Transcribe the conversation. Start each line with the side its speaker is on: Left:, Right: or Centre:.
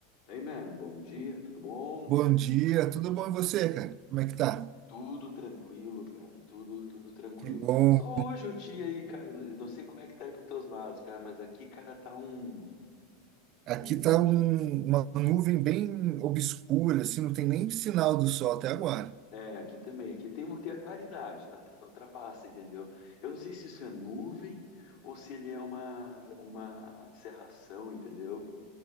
Left: Hey man, bom dia, tudo bom?
Right: Bom dia, tudo bom e você, cara? Como é que tá?
Left: Tudo tranquilo, cara, tudo, tudo tranquilo.
Right: Que bom.
Left: Só hoje o dia aí, cara, não sei como é que tá aí pros teus lados, cara, mas aqui, cara, tá um,
Right: Aqui
Left: um...
Right: tá um- uma nuvem bem obscura, assim, não tem nem sinal do sol até agora.
Left: É, aqui também, aqui tem, uma, tem a claridade, tá? Tra- Ultrapassa, entendeu? Eu não sei se isso é nuvem ou se ele é uma, uma cerração, entendeu?